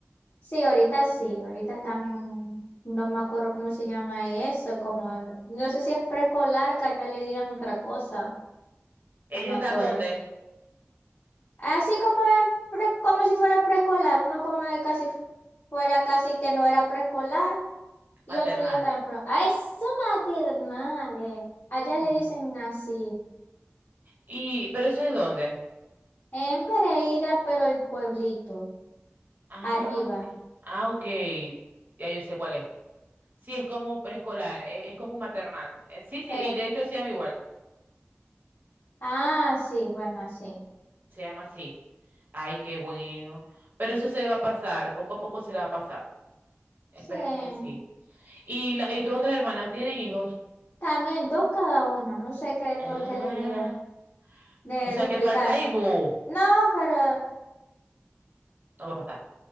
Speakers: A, on the left; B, on the right.
A: sí, ahorita sí, ahorita están, no me acuerdo cómo se llama eso, como, no sé si es preescolar, que ya le digan otra cosa,
B: ¿Ellos
A: no me
B: están
A: acuerdo.
B: dónde?
A: Así como, es pre- como si fuera preescolar, uno como de casi fuera casi que no era preescolar. Y
B: Maternal.
A: otro ya está en pro. ¡Ah, eso maternales! Allá
B: Ujú.
A: le dicen así.
B: Y, ¿pero eso es dónde?
A: En Pereira, pero el pueblito.
B: Ah,
A: Arriba.
B: ok. Ah, ok. Ya yo sé cuál es. Sí, es como preescolar, e- es, como un maternal. Eh, sí, sí,
A: Eh.
B: y de hecho se llama igual.
A: Ah, sí, bueno, así.
B: Se llama así. Ay, qué bueno. Pero eso se le va a pasar, poco a poco se le va a pasar. Esperemos
A: Sí.
B: que sí. ¿Y, la, y tus otras hermanas tienen hijos?
A: También dos cada uno. No sé qué
B: Ah,
A: por qué les dio. De
B: o sea
A: duplicarse.
B: que falta y vos.
A: No, pero.
B: No va a pasar.